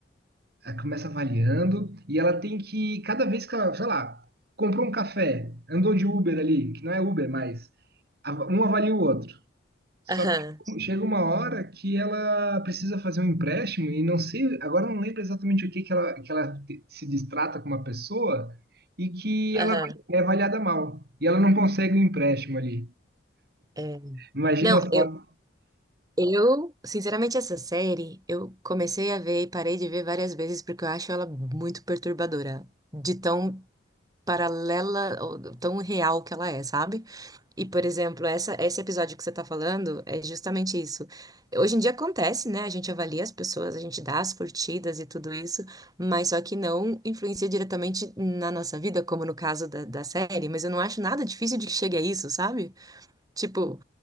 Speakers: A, on the right; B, on the right.
A: Ela começa avaliando e ela tem que, cada vez que ela, sei lá, comprou um café, andou de Uber ali, que não é Uber mais, av- um avalia o outro. Só
B: aham,
A: que chega uma hora que ela precisa fazer um empréstimo e não sei, agora eu não lembro exatamente o que que ela, que ela te- se distrata com uma pessoa e que
B: aham.
A: ela vai- é avaliada mal. E ela não consegue o empréstimo ali.
B: É.
A: Imagina
B: Não,
A: só.
B: eu, eu, sinceramente, essa série eu comecei a ver e parei de ver várias vezes porque eu acho ela muito perturbadora, de tão paralela, ou tão real que ela é, sabe? E, por exemplo, essa, esse episódio que você está falando é justamente isso. Hoje em dia acontece, né? A gente avalia as pessoas, a gente dá as curtidas e tudo isso, mas só que não influencia diretamente na nossa vida, como no caso da, da série. Mas eu não acho nada difícil de que chegue a isso, sabe? Tipo,